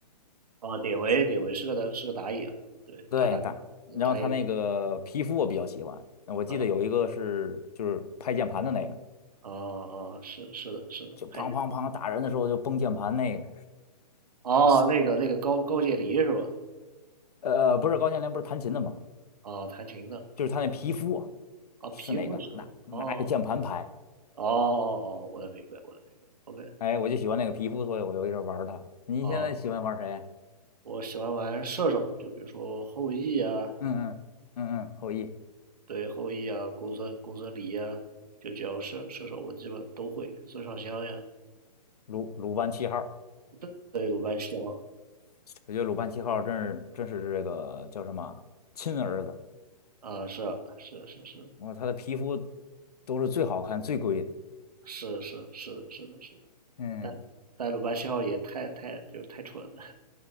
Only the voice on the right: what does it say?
啊，典韦典韦是个打是个打野嘛，对，
他打
打野
啊啊啊，是是的是的，
还哦那个那个高高渐离是吧？
啊，弹琴的
啊，
皮肤是哦哦哦哦，我能明白我能明白，OK
哦，我喜欢玩射手，就比如说后羿啊。
对后羿啊、公孙公孙离啊，就只要射射手我基本都会，孙尚香呀，
对对鲁班七号
啊，是啊是是是
是是是的是的是的，
但鲁班七号也太太就是太蠢了，<laughs>